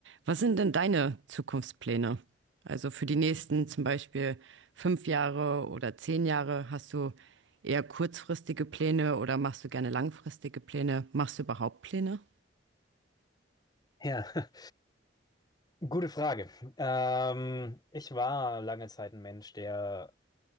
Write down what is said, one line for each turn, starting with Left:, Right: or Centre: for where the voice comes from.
Right: Was sind denn deine Zukunftspläne? Also für die nächsten zum Beispiel fünf Jahre oder zehn Jahre, hast du eher kurzfristige Pläne oder machst du gerne langfristige Pläne? Machst du überhaupt Pläne?
Left: Ja, <laughs> gute Frage. Ähm, ich war lange Zeit ein Mensch, der